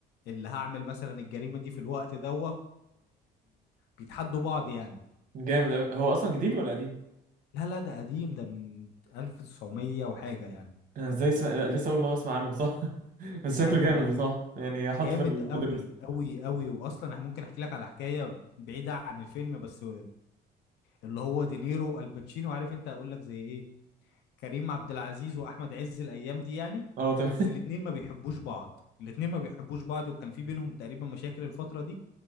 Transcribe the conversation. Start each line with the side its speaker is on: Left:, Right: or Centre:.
Left: اللي هعمل مثلا الجريمه دي في الوقت ده وبيتحدوا بعض يعني
Right: جامد قوي هو اصلا جديد ولا قديم؟
Left: لا لا ده قديم ده من 1900 وحاجه يعني
Right: انا ازاي سم... لا، لسه اول ما اسمع عنه صح؟ <laughs> بس
Left: لا
Right: شكله
Left: لا
Right: جامد
Left: لا
Right: بصراحه يعني حطه
Left: جامد
Right: في ال-
Left: قوي
Right: في الدرس.
Left: قوي قوي واصلا انا ممكن احكي لك على حكايه بعيده عن الفيلم بس اللي هو دينيرو والباتشينو عارف انت هقول لك زي ايه كريم عبد العزيز واحمد عز الايام دي يعني
Right: اه تمام
Left: بس الاتنين ما بيحبوش بعض الاتنين ما بيحبوش بعض وكان في بينهم تقريبا مشاكل الفترة دي